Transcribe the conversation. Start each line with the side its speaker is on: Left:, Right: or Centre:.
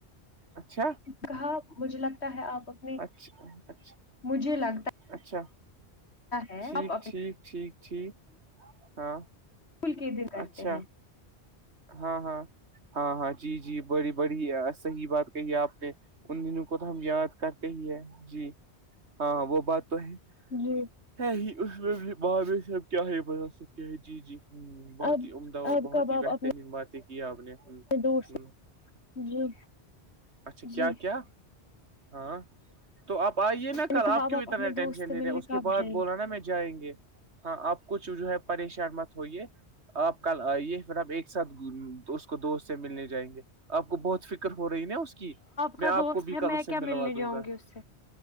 Right: اچھا
Left: کہاں مجھے لگتا ہے آپ اپنے
Right: اچھا اچھا
Left: مجھے لگتا
Right: اچھا
Left: ہے
Right: ٹھیک
Left: آپ
Right: ٹھیک ٹھیک ٹھیک ہاں
Left: پل کی در کرتے
Right: اچھا
Left: ہیں <unintelligible>
Right: ہاں ہاں ہاں ہاں جی جی بڑی بڑی صحیح بات کہ آ نے ان دنوں کو تو ہم یاد کرتے ہی ہے جی ہاں وہ بات تو ہے
Left: جی
Right: ہے ہی اس میں بھی باب صاب کیا ہے <unintelligible> ب سک کیا ہے جی جی ہ بہت
Left: اب
Right: ہی عمدہ اور
Left: اب
Right: بہت
Left: کب آپ
Right: بہترین
Left: اپنے
Right: باتیں کی آپ نے ہ
Left: دوست
Right: ہ
Left: جی
Right: اچھا
Left: جی
Right: کیا
Left: میں
Right: کیا ہاں تو آپ آئیے نا
Left: نے
Right: کل
Left: کہا
Right: آپ
Left: اب
Right: کیوں اتنا
Left: اپنے دوست
Right: ٹینشن
Left: سے
Right: لے رہے
Left: ملنے
Right: ہیں اس کے
Left: کب
Right: بعد
Left: جائیں
Right: بولا نا میں جائیں گے ہاں آپ کچ جو ہے پریشان مت ہوئیے آپ کل آئیے پھر آپ ایک ساتھ اس کو دوست سے ملنے جائیں گے آپ کو بہت فکر ہو رہی ہے نا اس کے میں
Left: کا
Right: آپ
Left: دوست
Right: کو بھی
Left: ہے
Right: کل
Left: میں
Right: اسے
Left: کیا
Right: ملوا
Left: ملنے
Right: دوں
Left: جاؤں
Right: گا
Left: گی اس سے